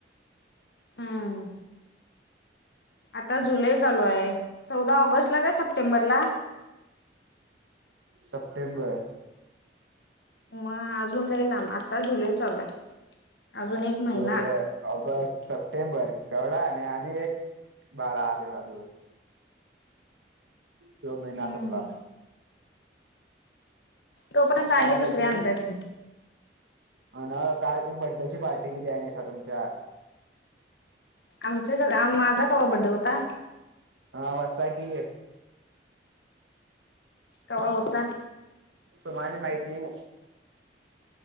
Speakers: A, on the left; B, on the right.
A: हम्म आता जुलै चालू आहे चौदा ऑगस्ट ला काय सप्टेंबरला
B: सप्टेंबर
A: मग अजून लयी लाब आता जुलै चालू आहे अजून एक महिना
B: जुलै ऑगस्ट सप्टेंबर केवढा आणि आणि एक बारा तेरा दिवस स महिना
A: हम्म
B: संपला
A: तोपर्यंत
B: काय
A: आणि
B: बड्डेची
A: दुसरे आणतात की
B: काय तुम्ही बड्डे ची पार्टी बी द्याय नाही सा तुमच्या
A: आमचा क माझा कवा बड्डे होता
B: हा होता की
A: कावा होता
B: सुमाला माहिती नाही